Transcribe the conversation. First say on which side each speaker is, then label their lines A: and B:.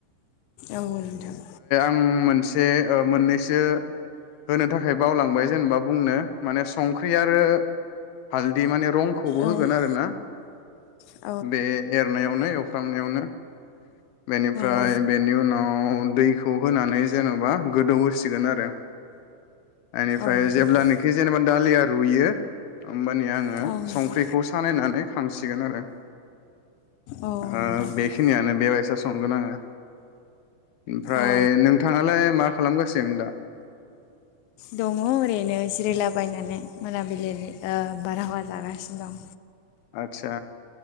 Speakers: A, on the left (about 85°); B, on the left (about 70°).
A: औ नोंथां।
B: उम मोनसे ओह मोननैसो होनो थाखाय बावलांबाय जेनेबा बुंनो माने संख्रि आरो हालदि माने रंखौबो होगोन
A: औ नोंथां
B: आरो ना।
A: औ
B: बे एरनायावनो एव फ्रामनायावनो। बेनिफ्राय
A: औ
B: बेनि उनाव। औ दैखौ होनानै जेनबा गोदौ होसिगोन आरो। एनिफ्राय
A: औ नोंथां
B: जेब्लानोखि जेनेबा दालि आर रुयो होमबानिया आङो।
A: औ
B: ओ
A: नोंथां
B: संख्रिखौ सानायनानै। खांसिगोन आरो।
A: औ
B: ओ
A: नोंथां
B: बेखिनियानो बेबायसा संगोन आङो। ओमफ्राय
A: औ
B: नोंथाङालाय मा खालामगासिनो दा।
A: दङ ओरैनो जिरायला बायनानै मोनाबिलिनि ओ बारहावा जागासिनो दं।
B: आतसा